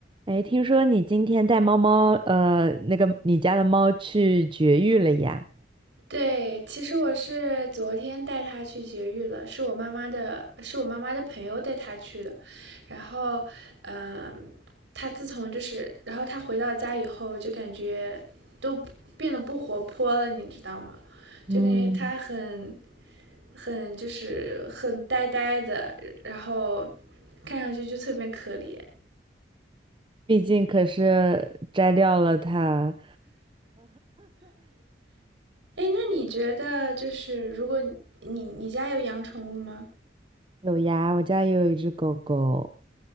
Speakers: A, on the right; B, on the right.
A: 哎，听说你今天带猫猫，呃，那个你家的猫去绝育了呀？
B: 对，其实我是昨天带它去绝育了，是我妈妈的，是我妈妈的朋友带它去的。然后，嗯，它自从就是，然后它回到家以后，就感觉都变得不活泼了，你知道吗？就感觉它很，
A: 嗯，
B: 很就是很呆呆的，然后看上去就特别可怜。
A: 毕竟可是摘掉了它
B: 哎，那你觉得就是如果你你家有养宠物吗？
A: 有呀，我家也有一只狗狗。